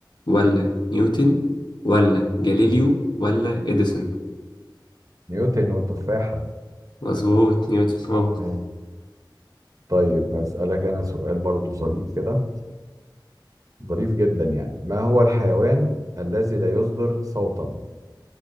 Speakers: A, on the left (about 65°); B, on the right (about 45°).
A: ولا نيوتن ولا جاليليو ولا اديسون
B: نيوتن والتفاحة
A: مظبوط نيوتن اه
B: آه. طيب هسألك أنا سؤال برضو ظريف كده ظريف جدا يعني ما هو الحيوان الذي لا يصدر صوتا